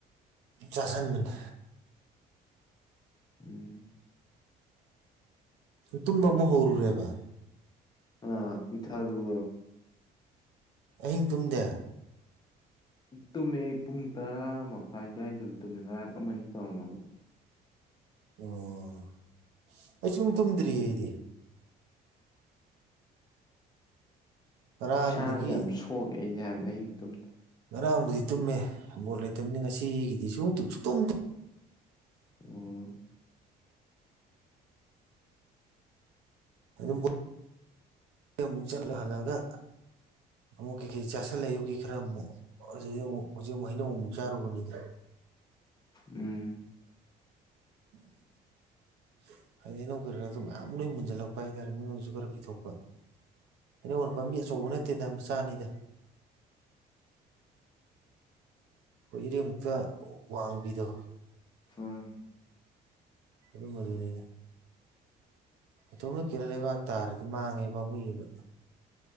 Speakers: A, on the right; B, on the left.
A: ꯆꯁꯤꯟꯕ
B: ꯎꯝ
A: ꯇꯨꯝꯕ ꯑꯃ ꯍꯧꯔꯨꯔꯦꯕ
B: ꯎꯋꯊꯥꯔ ꯔꯨ
A: ꯑꯍꯤꯡ ꯇꯨꯝꯗꯦ
B: ꯇꯨꯝꯃꯦ ꯑꯩ ꯄꯨꯡ ꯇꯔꯥ ꯃꯈꯥꯏ ꯑꯗꯨꯋꯥꯏꯗ ꯇꯨꯝꯃꯤ ꯉꯔꯥꯡ ꯑꯃꯅꯤꯅꯤ ꯇꯧꯔꯝꯃꯒ
A: ꯑꯣ <unintelligible> ꯑꯩ ꯁꯨꯝ ꯇꯨꯝꯗ꯭ꯔꯤꯌꯦ ꯑꯩꯗꯤ ꯉꯔꯥꯡꯗꯒꯤ
B: ꯏꯁꯥꯗꯤ ꯌꯥꯝ ꯁꯣꯛꯑꯦꯗꯤ ꯍꯥꯏꯕ ꯑꯍꯤꯡ ꯇꯨꯝꯇ
A: ꯉꯔꯥꯡꯕꯨꯗꯤ ꯇꯨꯝꯃꯦ ꯕꯣꯜ ꯂꯩꯇꯕꯅꯤ ꯉꯁꯤꯒꯤꯗꯤ ꯁꯨꯡ ꯁꯨꯛꯇꯨꯝ
B: ꯎꯝ
A: ꯑꯗꯨꯝ ꯑꯃꯨꯛ ꯆꯠꯂ ꯍꯜꯂꯒ ꯑꯃꯨꯛ ꯀꯩꯀꯩ ꯆꯥꯁꯤꯜꯂ‌ꯦ ꯑꯌꯨꯛꯀꯤ ꯈꯔ ꯑꯃꯨꯛ ꯑꯗꯨꯗꯤ ꯑꯃꯨꯛ ꯍꯧꯖꯤꯛ ꯑꯃꯨꯛ ꯍꯩꯅꯧ ꯑꯃꯨꯛ ꯆꯥꯔꯨꯕꯅꯤꯗ
B: ꯎꯝ
A: <inaudible> ꯍꯥꯏꯗꯤ ꯑꯩꯅꯧ ꯀꯔꯤꯔꯥꯁꯨ ꯃꯌꯥꯝ ꯂꯣꯏ ꯃꯨꯟꯁꯤꯜꯂꯛꯄ ꯍꯥꯏꯇꯥꯔꯦ ꯃꯤꯉꯣꯟꯁꯨ ꯈꯔ ꯄꯤꯊꯣꯛꯄ ꯑꯩꯅꯧꯣꯟ ꯄꯥꯝꯕꯤ ꯑꯆꯧꯕ ꯅꯠꯇꯦꯗ ꯃꯆꯥ ꯑꯅꯤꯗ ꯍꯣꯏ ꯏꯔꯦꯃꯨꯛꯇ ꯋꯥꯡꯕꯤꯗꯣ
B: ꯐꯨꯡ
A: ꯑꯗꯨꯝ ꯑꯗꯨꯅꯤꯅ ꯑꯗꯣꯝꯗ ꯀꯦꯔ ꯂꯩꯕꯥꯛ ꯇꯥꯔꯗꯤ ꯃꯥꯡꯉꯦꯕ ꯃꯨꯏꯌꯦꯕ